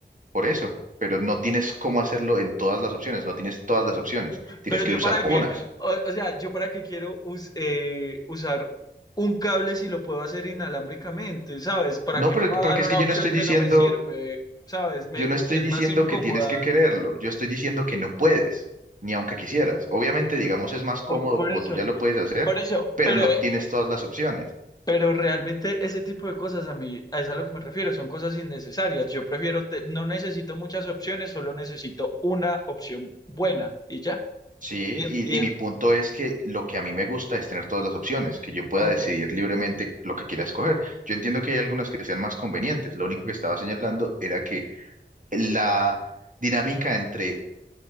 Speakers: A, on the right; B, on the left.
A: por eso. Pero no tienes cómo hacerlo en todas las opciones, no tienes todas las opciones, tienes
B: Pero yo
A: que usar
B: para
A: unas.
B: qué, o, o sea, yo para qué quiero us- eh, usar un cable si lo puedo hacer inalámbricamente, ¿sabes? ¿Para
A: No,
B: qué
A: pero
B: me va
A: porque
B: a dar
A: es
B: una
A: que yo
B: opción
A: no estoy
B: que
A: diciendo,
B: no me sirve, ¿sabes? Me-
A: yo no estoy
B: que es
A: diciendo
B: más incómoda.
A: que tienes que quererlo, yo estoy diciendo que no puedes, ni aunque quisieras. Obviamente,
B: Por,
A: digamos, es más cómodo
B: por- por
A: como
B: eso,
A: tú ya lo puedes hacer,
B: por eso,
A: pero
B: pero,
A: no
B: eh,
A: tienes todas las opciones.
B: pero realmente ese tipo de cosas a mí, a eso es a lo que me refiero, son cosas innecesarias. Yo prefiero, te- no necesito muchas opciones, solo necesito una opción buena y ya.
A: Sí,
B: Y,
A: y,
B: y el,
A: y mi punto es que lo que a mí me gusta es tener todas las opciones, que yo pueda
B: ok.
A: decidir libremente lo que quiera escoger. Yo entiendo que hay algunas que sean más convenientes. Lo único que estaba señalando era que la dinámica entre